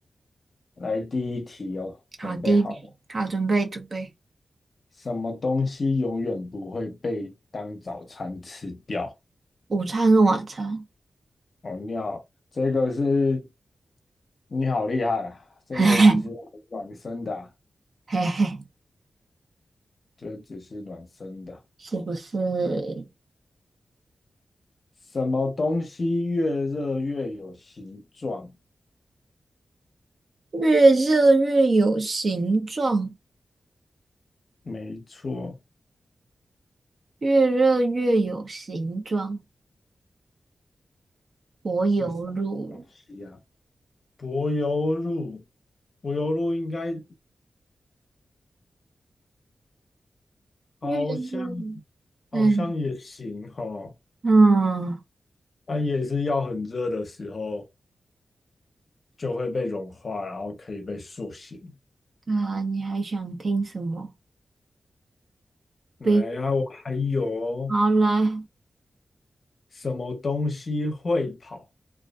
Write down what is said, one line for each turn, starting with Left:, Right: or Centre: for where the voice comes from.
Left: 来，第一题哦，准备好了
Right: 好，的，好，准备准备。
Left: 什么东西永远不会被当早餐吃掉？
Right: 午餐跟晚餐，
Left: 哦，你好，这个是，你好厉害啊！这个只是暖身的啊
Right: <laughs> 嘿嘿嘿嘿，
Left: 这只是暖身的啊。
Right: 是不是
Left: 什么东西越热越有形状？
Right: 越热越有形状？
Left: 没错，
Right: 越热越有形状，柏油路。
Left: 是什么东西啊？柏油路，柏油路应该好像
Right: 越热，
Left: 好像也行哈，
Right: 嗯嗯，
Left: 它也是要很热的时候就会被融化，然后可以被塑形。
Right: 对啊，你还想听什么？
Left: 来呀、
Right: 冰，
Left: 啊，我还有哦
Right: 好来。
Left: 什么东西会跑，